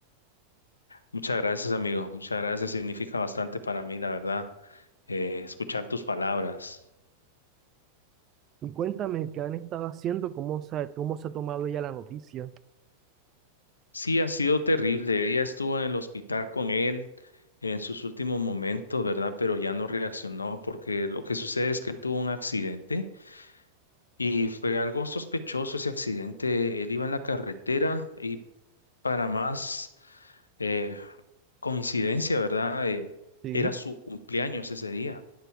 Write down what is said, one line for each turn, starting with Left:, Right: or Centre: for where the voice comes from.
Left: Muchas gracias, amigo. Muchas gracias. Significa bastante para mí, la verdad, eh, escuchar tus palabras.
Right: Y cuéntame qué han estado haciendo, cómo se, ha- cómo se ha tomado ella la noticia.
Left: Sí, ha sido terrible. Ella estuvo en el hospital con él en sus últimos momentos, ¿verdad? Pero ya no reaccionó porque lo que sucede es que él tuvo un accidente Y fue algo sospechoso ese accidente. Él iba en la carretera y para más eh, coincidencia, ¿verdad? Eh,
Right: Sí,
Left: era su cumpleaños ese día.